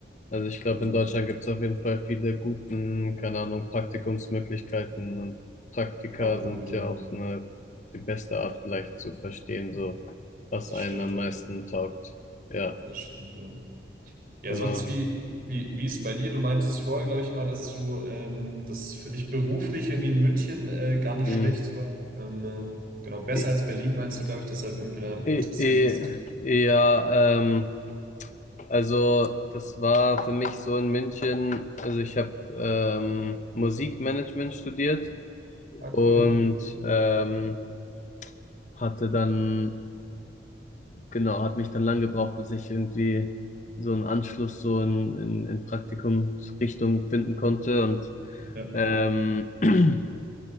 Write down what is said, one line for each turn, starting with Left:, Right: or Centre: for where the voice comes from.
Left: Also ich glaube,
Right: Genau.
Left: in Deutschland gibt es auf jeden Fall viele guten, keine Ahnung, Praktikumsmöglichkeiten und Praktika
Right: Absolut,
Left: sind
Right: ja.
Left: ja auch eine, die beste Art vielleicht zu verstehen, so was
Right: das
Left: einen
Right: stimmt,
Left: am
Right: ja.
Left: meisten taugt. Ja,
Right: Das stimmt, ja. Ja,
Left: genau.
Right: sonst wie, wie, wie ist bei dir? Du meintest vorher, glaube ich mal, dass du, ähm, dass für dich beruflich irgendwie in München äh, gar nicht
Left: Hm.
Right: schlecht war. Ähm, äh, genau, besser
Left: I-
Right: als Berlin meinst du, glaube ich, deshalb irgendwie da interessieren
Left: I- I-
Right: bist.
Left: Ja, ähm, also das war für mich so in München, also ich habe ähm, Musikmanagement studiert
Right: Ah,
Left: und
Right: cool.
Left: ähm, hatte dann Genau, hat mich dann lang gebraucht, bis ich irgendwie so einen Anschluss so in, in, in Praktikumsrichtung finden konnte und
Right: Ja.
Left: ähm, <clears throat>